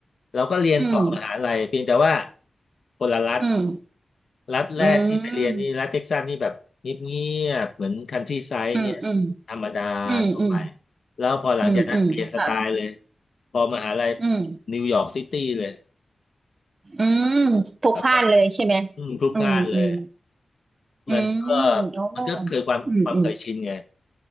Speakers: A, on the left; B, on the right.
A: เราก็เรียนต่อมหาลัยเพียงแต่ว่า
B: อืม
A: คนละรัฐ
B: อืม
A: รัฐแรกที่ไปเรียนนี่รัฐเท็กซัสนี่แบบเงียบๆเหมือนคันทรีไซด์เงี้ย
B: อืมอืมอืม
A: ธรรมดา
B: อืมอืม
A: ทั่วไปแล้วพอหลังจากนั้นเปลี่ยนสไตล์เลย
B: อืมอืมค่ะ
A: พอมหาลัย
B: อืม
A: นิวยอร์กซิตี้เลย
B: อืมพลุกพล่านเลยใช่ไหม
A: แบบว่าพ่พลุกพล่านเลย
B: อืมอืมอืม
A: มันก็
B: โอ้
A: มันก็เกิดความความเคยชินไง
B: อืมอืม